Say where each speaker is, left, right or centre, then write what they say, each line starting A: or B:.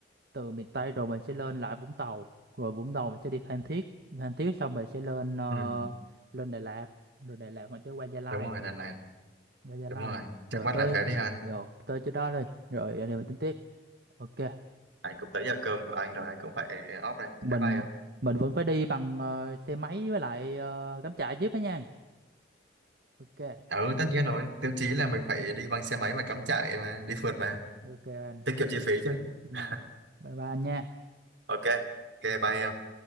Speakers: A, on the right; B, on the right.
A: từ miền Tây rồi mình sẽ lên lại Vũng Tàu rồi Vũng Tàu mình sẽ đi Phan Thiết Phan Thiết xong mình sẽ lên ờ,
B: ừ,
A: lên Đà Lạt rồi Đà Lạt mình sẽ qua Gia Lai
B: đúng rồi lần này
A: qua Gia
B: đúng
A: Lai
B: rồi
A: rồi
B: trước mắt
A: tới
B: là thế đi ha
A: rồi tới chỗ đó đi rồi anh em mình tính tiếp ok
B: anh cũng tới giờ cơm của anh rồi anh cũng phải off đây
A: mình
B: bye bye em
A: mình vẫn phải đi bằng ờ, xe máy với lại ờ, cắm trại jeep đó nha ok
B: ừ tất nhiên rồi tiêu chí là mình phải đi bằng xe máy và cắm trại mà đi phượt mà
A: ok anh.
B: tiết kiệm chi phí chứ
A: ừ.
B: <laughs>
A: bye bye anh nha
B: ok ok bye em